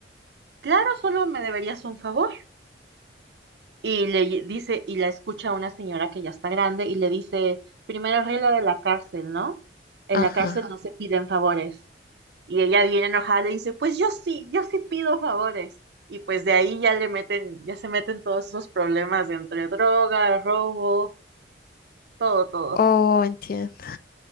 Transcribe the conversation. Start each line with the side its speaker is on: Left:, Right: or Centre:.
Right: Claro, solo me deberías un favor. Y le dice, y la escucha una señora que ya está grande y le dice, primera regla de la cárcel, ¿no? En la
Left: Ajá.
Right: cárcel no se piden favores. Y ella bien enojada le dice, pues yo sí, yo sí pido favores. Y pues de ahí ya le meten, ya se meten todos esos problemas de entre droga, robo, todo, todo.
Left: Oh, entiendo.